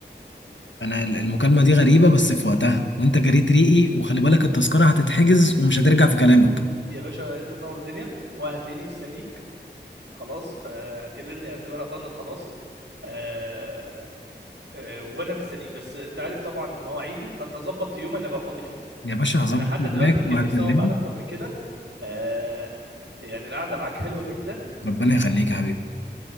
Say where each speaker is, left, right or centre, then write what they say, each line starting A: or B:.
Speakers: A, on the left (about 80°); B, on the right (about 75°).
A: انا المكالمه دي غريبه بس في وقتها وانت جريت ريقي وخلي بالك التذكره هتتحجز ومش هترجع في كلامك
B: يا باشا انت تنور الدنيا وهتلاقيني مستنيك خلاص فاعتبرني اعتبرها ضنت خلاص آه... آه... وانا مستنيك بس انت عارف طبعا مواعيدي فانت ظبط في يوم انا بقى فاضي فيه
A: يا باشا هظبط
B: انا حتى
A: معاك
B: دلوقتي كان
A: وهكلمك
B: نفسي اقعد معاك اكتر من كده آه يعني القعده معاك حلوه جدا
A: ربنا يخليك يا حبيبي